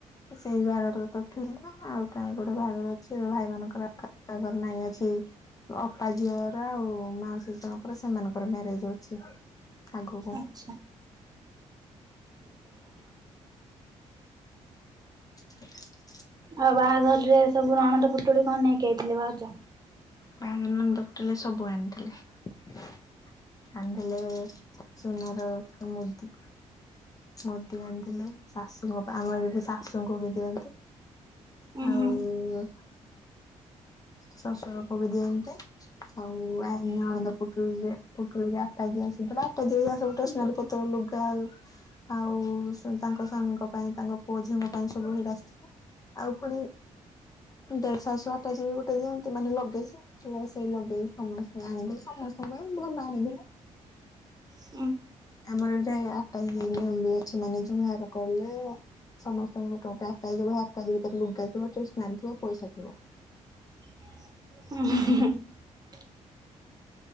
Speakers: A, on the left (about 20°); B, on the right (about 25°).
A: ସେଇ ବାହାଘର ତ ଥିଲା ଆଉ କାହିଁ ଗୋଟେ ବାହାଘର ଅଛିୋ ଭାଇମାନାନଙ୍କର ବାହାଘର ନାଇଁ ଅଛି ଅପା ଝିଅର ଆଉ ମାଉସୀ ସେ ଜଣଙ୍କର ସେମାନଙ୍କର ମ୍ୟାରେଜ୍‌ଅଛି ହୃତ୍ ଆଗକୁ
B: ଆଚ୍ଛା
A: ଇଶ୍
B: ଆଉ ବାହାଘରରେ ସବୁ। ଣପଦ ପୁଟୁଳି କଣ ନେଇକି ଆଇଥିଲେ ଭାଉଛ
A: ବାହାଘରନନ୍ଦ ପଟରେ ସବୁ ଆଣିଥିଲେ ଆଣି ଦେଲେସୁନାର ମୁଦି ମୁଦି ଆଣିଦେଲେ ଶାଶୁଙ୍କ ଆମର ଏଇ ଶାଶୁଙ୍କୁ ବି ଦିଅନ୍ତି
B: ଉଁ
A: ଆଉ
B: ହୁଁ
A: ଶଶୁରୋକୁ ବି ଦିଅନ୍ତି ଆଉ ଆ ନଣନ୍ଦ ପୁଟୁଳିରେ ପୁଟୁଳିୀରେ ଆଟା ଦିଅନ୍ତି ଟା ଯ ସବୁଟେ ସ୍ନାୀ ପତ୍ର ଲୁଗା ଆଉ ତାଙ୍କ ସ୍ଵାମୀଙ୍କ ପାଇଁ ତାଙ୍କ ପୁଅ ଝିଅଙ୍କ ପାଇଁ ସବୁ ଭିଡ ଆସିଥିଲା ଆଉ ପୁଣି ଦେଢଶାଶୁ ଆଟା ଯବି ଗୋଟେ େ ଯେମତି ମାନେ ଲଗେଇ ସେଇ ଲଗେଇ ସମସ୍ତଙ୍କୁ ଆଣି ସମସ୍ତଙ୍କୁ ପାଇଁ ଭଲ ଆଣି
B: ହ
A: ଆମର ଏଟ ନିୟମ ବି ଅଛି ମାନେ ଜୁମହାର କରଲେ ସମସ୍ତଙ୍କଟା ଯିବଟା ଯିବ ତାେ ଲୁଟାଇଥିବ ସ୍ାନ ିବ ପଇସା ଥିବ
B: ହ